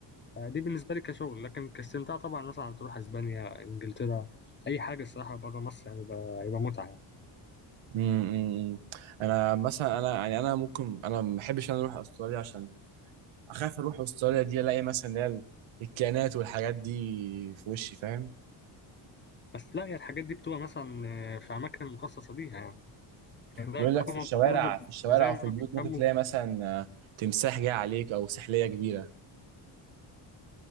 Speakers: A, on the left (about 25°); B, on the right (about 75°).
A: آه دي بالنسبه لي كشغل لكن كاستمتاع طبعا مثلا تروح اسبانيا انجلترا اي حاجه الصراحه بره مصر يعني بقى- هيبقى متعه يعني.
B: امم انا مثلا انا يعني انا ممكن انا ما بحبش انا اروح استراليا عشان اخاف اروح استراليا دي الاقي مثلا اللي هي ال- الكائنات والحاجات دي في وشي فاهم
A: بس لا هي الحاجات دي بتبقى مثلا آه، في أماكن مخصصة ليها يعني لا
B: بيقول
A: كوما
B: لك في الشوارع
A: برضه
B: في الشوارع
A: زي
B: او
A: ما
B: في البيوت
A: بيهتموا
B: ممكن تلاقي
A: بال...
B: مثلا آه، تمساح جاي عليك او سحلية كبيرة